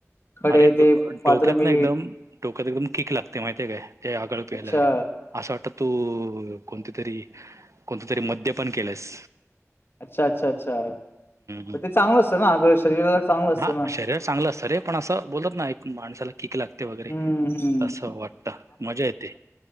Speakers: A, on the left; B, on the right.
A: खडे
B: अरे
A: ते पांढरं
B: डोक्यात
A: मीठ
B: ना एकदम डोक्यात एकदम कीक लागते माहितीय काय ते आगळ
A: अच्छा
B: पियल्यावर. असं वाटतं तू कोणती तरी, कोणते तरी मद्य पण केलायस.
A: अच्छा, अच्छा, अच्छा.
B: हम्म.
A: ते चांगलं असतं ना आगळ शरीराला चांगलं असतं
B: हा
A: ना
B: शरीर चांगलं असत रे पण असं बोलत ना एक माणसाला ठिक लागते वगैरे
A: हम्म हम्म
B: असं वाटत मजा येते.